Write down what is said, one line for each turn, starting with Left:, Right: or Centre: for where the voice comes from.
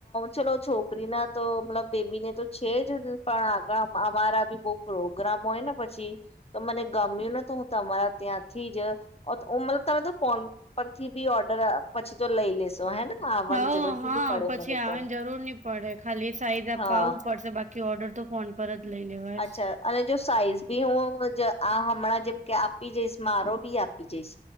Left: ચલો. છોકરી ના તો મતલબ બેબી ને તો છે જ ને, પણ આગળ અમારા બી બહુ પ્રોગ્રામ હોય ને. પછી તો મને ગમ્યું ને, તો હું તમારા ત્યાંથી જ. મતલબ તમે તો ફોન પરથી બી ઓર્ડર પછી તો લઈ લેશો. હે ને આવવાની
Right: હ
Left: જરૂરત બી
Right: હા,
Left: નહી પડે
Right: પછી
Left: મને
Right: આવે
Left: તો
Right: ને, જરૂર નહીં પડે. ખાલી સાઈઝ અપાવું
Left: હા
Right: પડશે. કે ઓર્ડર તો ફોન પર. લઈ લેવા.
Left: અચ્છા અને જો સાઈઝ બી હું આ જે હમણાં જેમ કે આપી જઈશ, મારો બી આપી જઈશ.